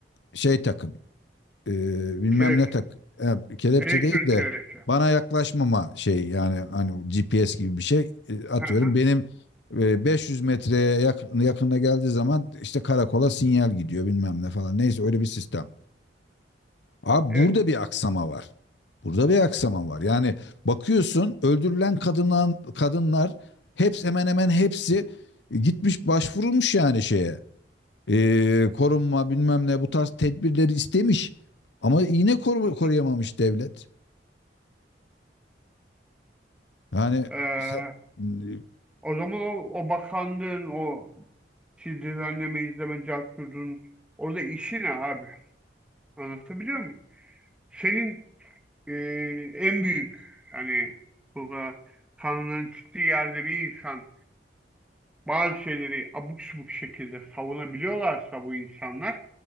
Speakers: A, on the left (about 75°); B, in the centre.
A: şey takın e, bilmem
B: Kelepçe.
A: ne tak e, kelepçe
B: Elektronik
A: değil de
B: kelepçe.
A: bana yaklaşmama şey yani hani GPS gibi bir şey e, atıyorum.
B: Hı hı.
A: Benim e, 500 metreye yakın, yakınına geldiği zaman işte karakola sinyal gidiyor bilmem ne falan. Neyse öyle bir sistem. Abi
B: Evet.
A: burada bir aksama var. Burada bir aksama var. Yani bakıyorsun öldürülen kadınlar, kadınlar hepsi hemen hemen hepsi gitmiş başvurulmuş yani şeye e, korunma bilmem ne bu tarz tedbirleri istemiş. Ama yine koru-
B: Hı hı.
A: koruyamamış devlet. Yani
B: Ee,
A: sen- e,
B: o zaman o, o bakanlığın o siz düzenleme izleme cevap orada işi ne abi? Anlatabiliyor muyum? Senin e, en büyük hani burada Tanrı'nın çıktığı yerde bir insan bazı şeyleri abuk subuk şekilde savunabiliyorlarsa bu insanlar